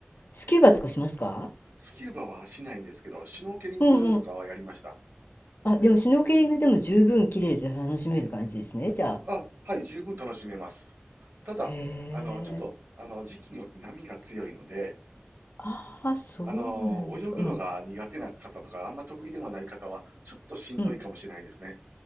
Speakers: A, on the left; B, on the right.
A: スキューバとかしますか
B: スキューバはしないんですけど、シュノーケリングとかはやりました。
A: うんうん。あ、でもシュノーケリングでも十分綺麗で楽しめる感じですね、じゃあ。
B: あ、はい、十分楽しめます。ただ、
A: へえ。
B: あの、ちょっと、あの、時期によって波が強いので、
A: ああ、そうなんですか。
B: あの、泳ぐのが苦手な方とか、
A: うん。
B: あんま得意ではない方は、ちょっとしんどいかもしれないですね。
A: うん。